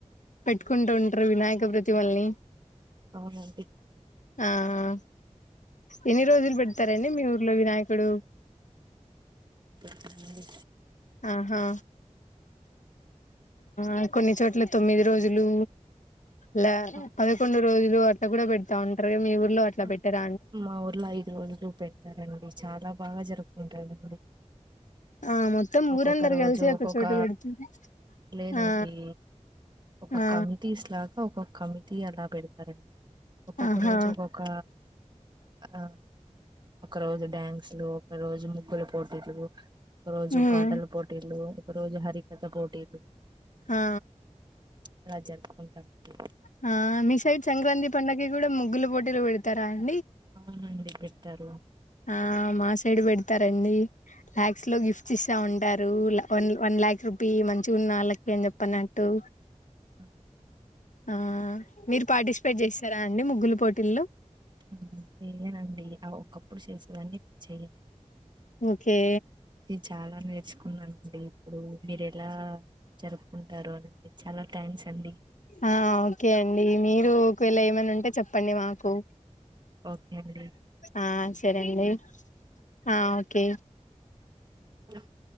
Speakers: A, on the left; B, on the right.
A: పెట్టుకుంటూ ఉంటారు వినాయక ప్రతిమల్ని
B: అవునండి
A: ఆ ఆ ఎన్నీ రోజులు పెడుతారండి మీ ఊర్లో వినాయకుడు
B: అడి
A: ఆహా ఆ కొన్ని చోట్ల తొమ్మిది రోజులు ల
B: హ్మ్.
A: పదకొండు రోజులు అట్లా కూడా పెడతా ఉంటారు మీ ఉ ర్లో అట్లా
B: ఆ!
A: పెట్టర
B: మా ఊర్లో ఐదు రోజులు పెడతారండి చాలా బాగా జరుపుకుంటారండి
A: ఆ మొత్తం
B: ఒక్కొక్క
A: ఊరందరు
B: రోజు
A: కలిసి ఒక
B: ఒక్కొక్క
A: చోట పెడుతురు
B: లేదండి
A: ఆ
B: ఒక
A: ఆ
B: కమిటీస్ లాగా ఒక కమిటి అలా పెడుతారండి ఒక్కొక్క
A: ఆహా
B: రోజు ఒక్కొక్క ఆ ఒక రోజు డ్యాన్స్లు ఒక రోజు ముగ్గుల పోటీలు ఒక రోజు
A: ఉమ్
B: పాటలు పోటీలు ఒక రోజు హరికథ పోటీలు
A: ఆా
B: ఇలా జరుపుకుంటామండి
A: హ మీ సైడ్ సంక్రాంతి పండాకి కూడా ముగ్గుల పోటీలు పెడుతారా అం
B: అవునండి పెడుతారు
A: ఆ మా సైడ్ పెడతారండీ లాక్స్ లో గిఫ్ట్స్ ఇస్తా ఉన్ ంటారూ ల వన్ లాక్ రూపీ మంచిగున్న వాళ్ళకి అని చెప్పనంట్టు
B: అ
A: ఆ మీరు పార్టిసిపేట్ చేస్తరా అండి ముగ్గుల పోటీల్లో
B: ఆ చెయ్యనండి ఆ ఒకప్పుడు చేసేదాన్ని ఇప్ చెయ్య
A: ఓకే
B: చాలా నేర్చుకున్నాను అ ఇప్పుడు మీరెలా జరుపుకుంటారు అని చాలా థ్యాంక్స్ అండి
A: ఆ ఓకే అండి మీరు ఒకవేళ ఏమన్న ఉంటే చెప్పండి మాకు
B: ఓకే అండి
A: ఆ సరే అండి ఆ ఓకే
B: అ